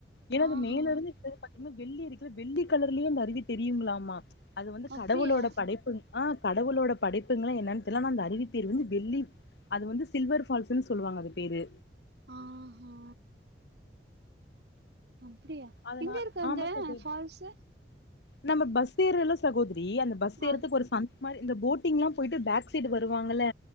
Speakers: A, on the left; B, on the right.
A: ஏன்னா
B: ஆஹா
A: அது மேல இருந்துங்கன்னா வெள்ளி அக்கிற வெள்ளி கலர்லயே அந்த அருவி தெரியுங்களாமா மா அது வந்து
B: அப்டியா
A: கடவுளோட படைப்பு ஆ கடவுளோட படைப்புங்களான்னு என்னெனு தெர்ல ந அந்த அறிவி பெயர் வந்து வெள்ளி அது வந்து சில்வர் ஃபால்ஸ்ன்னு சொல்லுவாங்க அது பேரு
B: ஆ ஆ அப்டியா
A: அதனா
B: எங்க இருக்கு அந்த
A: ஆமா சகோதரி
B: ஃபால்ஸ்சு
A: நம்ம பஸ் ஏறோம்ல சகோதரி அந்த பஸ் ஏறதுக்கு
B: ஆ
A: ஒரு சந் பாரு இந்த போட்டிங்ல்லா போயிட்டு பேக் சைடு வருவாங்கல்ல